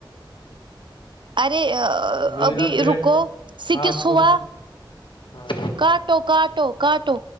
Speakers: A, on the right (about 65°); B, on the left (about 70°).
A: ارے
B: میرا
A: ابھی
B: پیٹ
A: رکو سکس
B: آپ کو
A: ہوا
B: ہاں
A: کاٹ کاٹو کاٹو کاٹو